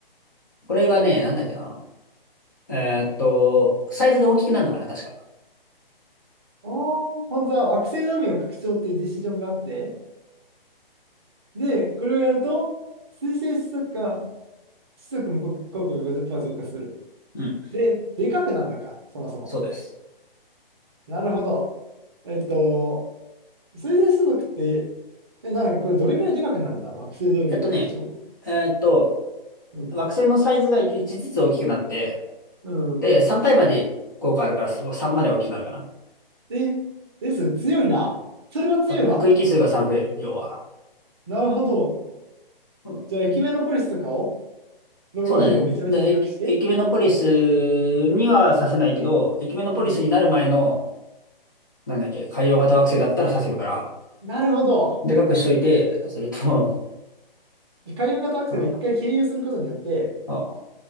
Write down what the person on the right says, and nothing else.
おう。ああ、本当は惑星の海を拡張っていうディシジョンがあって、で、これをやると、水星子息か子息の効効果が50%増加する。
で、でかくなるのか、そもそも。
なるほど。えっと、水星子息って、え、なんかこれどれくらいでかくなるんだ惑星の海を拡張。
うん
うん。
え、です、強いな。それは強いわ。
なるほど。
じゃあ、エキメノポリスとかを、の海をめちゃめちゃでかくして。
うん。
なるほど。
で海洋型惑星を一回経由することによって、